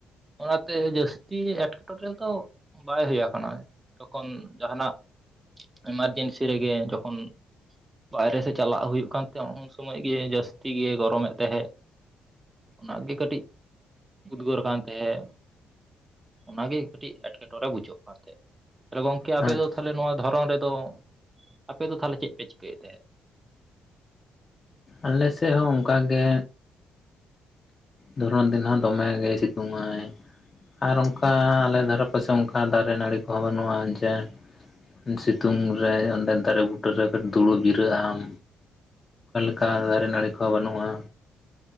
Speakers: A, on the right (about 20°); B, on the left (about 30°).
A: ᱚᱱᱟᱛᱮ ᱡᱟᱹᱥᱛᱤ ᱮᱴᱠᱮᱴᱚᱬᱮ ᱫᱚ ᱵᱟᱭ ᱦᱩᱭ ᱟᱠᱟᱱᱟ ᱡᱚᱠᱷᱚᱱ ᱡᱟᱦᱟᱱᱟᱜ ᱮᱢᱟᱨᱡᱮᱱᱥᱤ ᱨᱮᱜᱮ ᱡᱚᱠᱷᱚᱱ ᱵᱟᱭᱨᱮ ᱥᱮᱫ ᱪᱟᱞᱟᱜ ᱦᱩᱭᱩᱜ ᱠᱟᱱ ᱛᱟᱦᱮᱸ ᱩᱱ ᱥᱚᱢᱚᱭ ᱜᱮ ᱡᱟᱹᱟᱥᱛᱤ ᱜᱮ ᱜᱚᱨᱚᱢᱮᱫ ᱛᱟᱦᱮᱸᱜ ᱚᱱᱟᱜᱮ ᱠᱟᱹᱴᱤᱡ ᱩᱫᱽᱜᱟᱹᱨ ᱠᱟᱱ ᱛᱟᱦᱮᱸᱫ ᱚᱱᱟᱜᱮ ᱠᱟᱹᱴᱤᱡ ᱮᱴᱠᱮᱴᱚᱲᱮ ᱵᱩᱡᱷᱟᱹᱜ ᱠᱟᱱ ᱛᱟᱦᱮᱸᱫ ᱛᱚ ᱜᱚᱝᱠᱮ
B: ᱟᱪᱪᱷᱟ
A: ᱟᱯᱮ ᱫᱚ ᱛᱟᱦᱚᱞᱮ ᱱᱚᱣᱟ ᱫᱷᱚᱨᱚᱢ ᱨᱮᱫᱚ ᱟᱯᱮ ᱫᱚ ᱛᱟᱦᱚᱞᱮ ᱪᱮᱫ ᱯᱮ ᱪᱤᱠᱟᱹᱭᱮᱫ ᱛᱟᱦᱮᱸᱫ
B: ᱟᱞᱮᱥᱮᱫ ᱦᱚᱸ ᱚᱱᱠᱟᱜᱮ ᱫᱷᱚᱨᱚᱱ ᱫᱤᱱ ᱦᱚᱸ ᱫᱚᱢᱮ ᱜᱮᱭ ᱥᱤᱛᱩᱝ ᱟᱭ ᱟᱨ ᱚᱱᱠᱟ ᱟᱞᱮ ᱫᱷᱟᱨᱮ ᱯᱟᱥᱮ ᱚᱱᱠᱟ ᱫᱟᱨᱮ ᱱᱟᱹᱬᱤ ᱠᱚᱦᱚᱸ ᱵᱟᱹᱱᱩᱜᱼᱟ ᱡᱮ ᱥᱤᱛᱩᱝ ᱨᱮ ᱚᱸᱰᱮ ᱫᱟᱨᱮ ᱵᱩᱴᱟᱹᱨ ᱨᱮ ᱠᱟᱹᱴᱤᱡ ᱫᱩᱲᱩᱵ ᱡᱤᱨᱟᱹᱜ ᱟᱢ ᱚᱱᱠᱟ
A: ᱟᱪᱪᱷᱟ
B: ᱫᱟᱨᱮ ᱱᱟᱹᱬᱤ ᱠᱚᱦᱚ ᱵᱟᱹᱱᱩᱜᱼᱟ